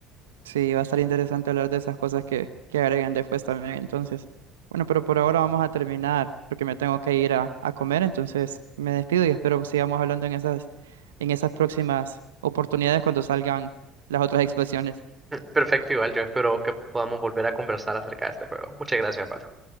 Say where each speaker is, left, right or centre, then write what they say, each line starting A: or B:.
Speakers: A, on the right; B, on the right.
A: Sí, va a estar interesante hablar de esas cosas que, que agreguen después también. Entonces, bueno, pero por ahora vamos a terminar porque me tengo que ir a, a comer. Entonces, me despido y espero sigamos hablando en esas, en esas próximas oportunidades cuando salgan las otras <laughs> expresiones.
B: Perfecto, igual yo espero que podamos volver a conversar acerca de este juego. Muchas gracias, Pablo.